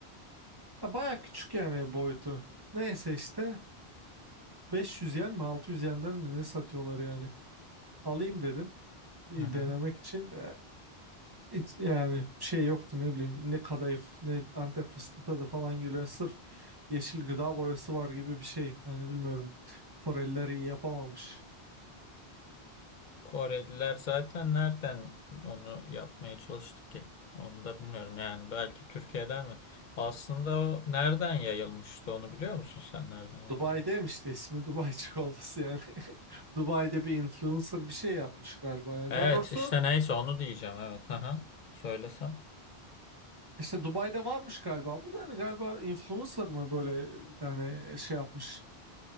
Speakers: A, on the right; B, on the left.
A: Ya baya küçük yani boyutu. Neyse işte 500 yen mi 600 yenden mi ne satıyorlar yani. Alayım dedim bir
B: Hı hı.
A: denemek için. Hiç yani şey yoktu ne bileyim ne kadayıf ne Antep fıstığı tadı falan geliyor. Yani Sırf yeşil gıda boyası var gibi bir şey. Yani bilmiyorum. Koreliler iyi yapamamış.
B: Koreliler zaten nereden onu yapmaya çalıştı ki? Onu da bilmiyorum yani belki Türkiye'den mi? Aslında o nereden yayılmıştı onu biliyor musun sen nereden yayılmış?
A: Dubai'deymiş de ismi Dubai çikolatası yani. <laughs> Dubai'de bir influencer bir şey yapmış galiba. Yani
B: Evet
A: daha doğrusu
B: işte neyse onu diyeceğim evet. Aha, söylesen.
A: işte Dubai'de varmış galiba. Bu da hani galiba influencer mı böyle bir tane şey yapmış,